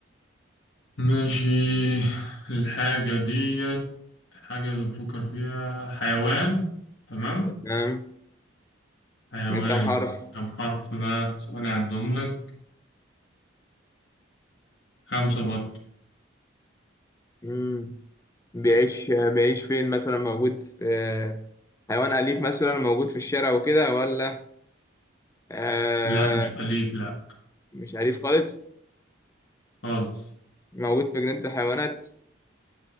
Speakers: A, on the left; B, on the left.
A: ماشي الحاجة ديت الحاجة اللي بفكر فيها حيوان تمام
B: تمام
A: حيوان
B: من كام حرف
A: كم حرف بقى ثواني أعدهم لك خمسة برضه
B: مم. بيعيش بيعيش فين مثلا موجود في آه، حيوان أليف مثلا موجود في الشارع وكده ولا آه
A: لا مش أليف لا
B: مش أليف خالص
A: خالص
B: موجود في جنينة الحيوانات